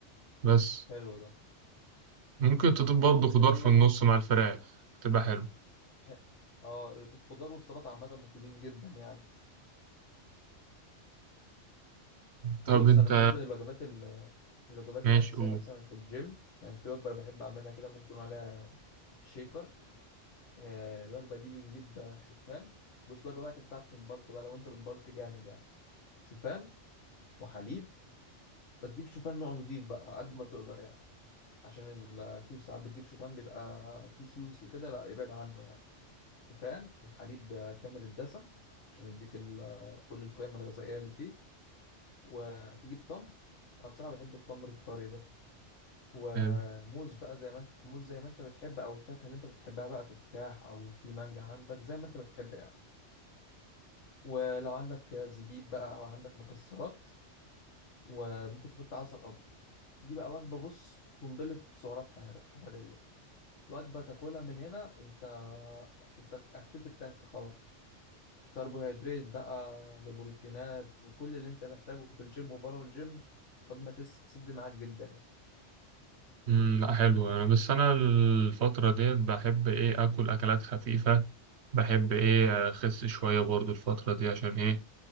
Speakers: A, on the right; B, on the left.
A: بس
B: حلو ده
A: ممكن تضيف برضه
B: انا ممكن
A: خضار
B: اقول
A: في
B: لك
A: النص مع الفراخ هتبقى حلو
B: ح- اه الخضار والسلطه عامه مفيدين جدا يعني
A: طب
B: بص
A: انت
B: انا بالنسبه للوجبات ال- الوجبات
A: ماشي
B: الاساسيه
A: او
B: مثلا في الجيم يعني في وجبه أنا بحب اعملها كده ممكن يكون عليها شيكر آه، الوجبه دي بنجيب آه، شوفان بص وجبه بقى تنفعك في البلك بقى لو انت بتبلك جامد يعني شوفان وحليب بس جيب شوفان نوع نضيف بقى على قد ما تقدر يعني عشان ال- في ساعات بتجيب شوفان بيبقى فيه سوس وكده لا ابعد عنه يعني شوفان وحليب آه، كامل الدسم عشان يديك ال- كل القيم الغذائيه اللي فيه وتجيب تمر انا بصراحه بحب التمر الطري ده وموز
A: حلو.
B: بقى زي ما انت موز زي ما انت بتحب او الفاكهه اللي انت بتحبها بقى تفاح او في مانجا عندك زي ما انت بتحب يعني ولو عندك زبيب بقى او عندك مكسرات وممكن تحط عسل ابيض دي بقى وجبه بص قنبله سعرات حرار- حراريه وجبه تاكلها من هنا انت انت قفلت التانك خلاص كربوهيدرات بقى ببروتينات وكل اللي انت محتاجه في الجيم وبره الجيم وجبه تس- تسد معاك جدا يعني
A: مم، لا حلو انا بس انا الفترة ديت بحب ايه اكل اكلات خفيفة بحب ايه اخس شوية برضه الفترة دي عشان ايه